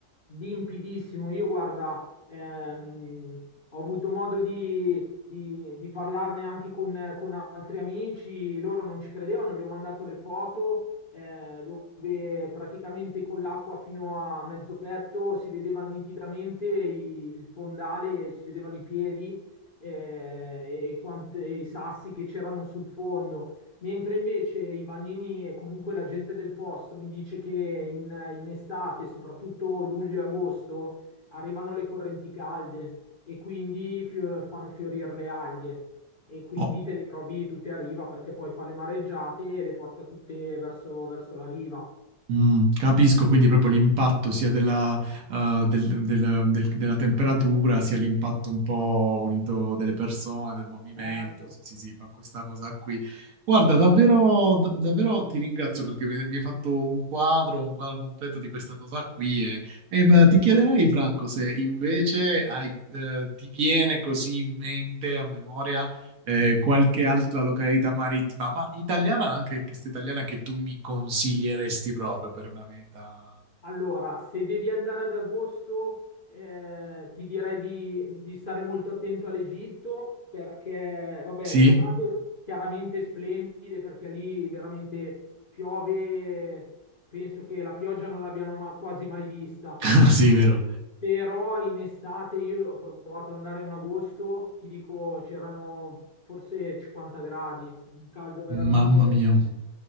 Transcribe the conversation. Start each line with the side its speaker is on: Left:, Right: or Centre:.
Left: limpidissimo. Io guarda, ehm, ho avuto modo di, di- di parlarne anche con, con altri amici, loro non ci credevano, gli ho mandato le foto eh, dove praticamente con l'acqua fino a mezzo petto si vedeva nitidamente i- il fondale, si vedevano i piedi eh, e, quant- e i sassi che c'erano sul fondo, mentre invece i bagnini e comunque la gente del posto mi dice che in, in estate, soprattutto luglio e agosto, arrivano le correnti calde e quindi fio- fanno fiorire le alghe. E quindi
Right: ho,
Left: te le trovi tutte a riva perché poi fa le mareggiate e le porta tutte verso, verso la riva.
Right: Mm, capisco, quindi proprio l'impatto sia della, eh, del- del- del- della temperatura, sia l'impatto un po' unito delle persone, del movimento.
Left: Certo.
Right: Sì, sì, sì, fa questa cosa qui. Guarda, davvero, d- davvero ti ringrazio perché mi, mi hai fatto un quadro, un quadro completo di questa cosa qui. E, e, ma ti chiederei, Franco, se invece hai- eh, ti viene così in mente, a memoria eh, qualche altra località marittima, ma italiana anche, questa italiana che tu mi consiglieresti proprio per una meta.
Left: Allora, se devi andare ad agosto, eh, ti direi di, di stare molto attento all'Egitto perché, vabbè,
Right: Sì?
Left: giornate chiaramente splendide perché lì veramente piove, penso che la pioggia non l'abbiano ma- quasi mai vista,
Right: <laughs> Sì, vero.
Left: però in estate io ho provato ad andare in agosto, ti dico, c'erano forse 50 gradi, un caldo veramente
Right: Mamma mia.